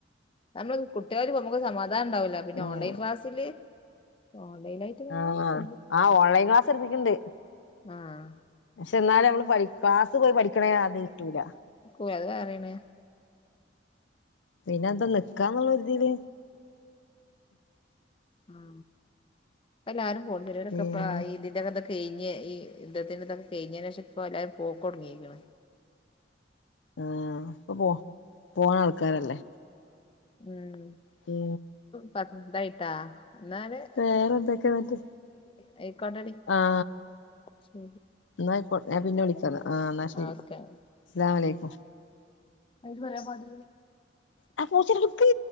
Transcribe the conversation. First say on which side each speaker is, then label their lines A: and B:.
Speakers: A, on the left; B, on the left.
A: നമ്മള് കുട്ട്യല് വെക്ക്മ്പോസമാധാനം ഉണ്ടാവുല്ല. പിന്നെ
B: ഉം
A: ഓൺലൈൻ ക്ലാസ്സില് ഓൺലൈനായിട്ട് ഇങ്ങനെ
B: ആഹ
A: ഒരു
B: ആ ഓൺലൈൻ ക്ലാസ് എട്തിട്ട് ണ്ട്
A: ആഹാ
B: ക്ഷെന്നാലും നമ്മള് പ ക്ലാസ് പോയി പഠിക്ക്ണ് അത് കിട്ടൂല്ല.
A: ഓലന്നാറിന്
B: പിന്നെ എന്താ നക്കാന്നുള്ള രീതില്
A: ആ എല്ലാരും പോടുനരുഇപ്പആയി
B: പിന്നെ
A: ഇതിന്റെക്കെ ഇക്ക കഴിഞ്ഞ് ഈ ഇധത്തിന്റെതൊക്കെ കഴിഞ്ഞെ എല്ലാവരും പോക്കൊടുങ്ങിണം
B: ആഹ അപ്പ പോ പോണ ആൾക്കാരല്ലേ
A: ഉം
B: പി
A: പാ <unintelligible> ട്ടാ എന്നല്
B: വേറെന്തൊക്കെയ മറ്റേ
A: ആയിക്കോട്ടടി
B: ആഹ
A: ശരി
B: എന്നക്ക ഞാൻ പിന്നെ വിളിക്കാന്ന് ആ എന്നാൽ ശരി
A: ഓക്കെ
B: അസലാം വലക്കും
A: അയിത് പറയാ പാട
B: ആ പൂച്ച എടുക്ക്